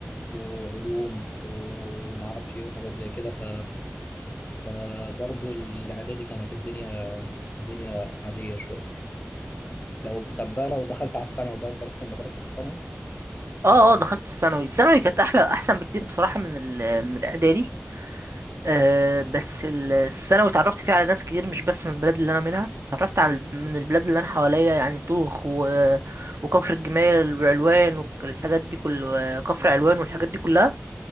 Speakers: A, on the left (about 35°); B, on the right (about 65°).
A: وعلوم وما اعرفش ايه وحاجات زي كده ف فبرضه الاعدادي كانت الدنيا الدنيا عاديه شويه لو طب بقى لو دخلت على الثانوي بقى انت رحت المدرسه في الثانوي
B: اه اه دخلت الثانوي الثانوي كانت احلى احسن بكتير بصراحه من ال- من الاعدادي آه بس ال- الثانوي اتعرفت فيها على ناس كتير مش بس من البلد اللي انا منها اتعرفت على من البلاد اللي انا حواليا يعني طوخ و... وكفر الجمال وعلوان والحاجات دي كل كفر علوان والحاجات دي كلها